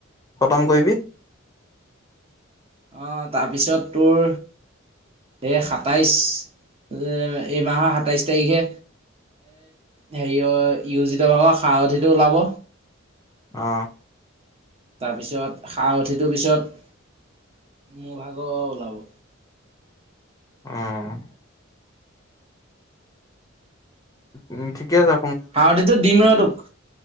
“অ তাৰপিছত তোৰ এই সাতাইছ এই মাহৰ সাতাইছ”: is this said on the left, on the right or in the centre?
Right